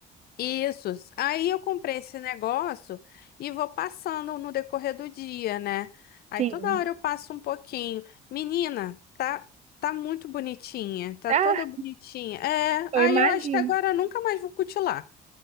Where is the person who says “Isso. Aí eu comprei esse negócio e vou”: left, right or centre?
Left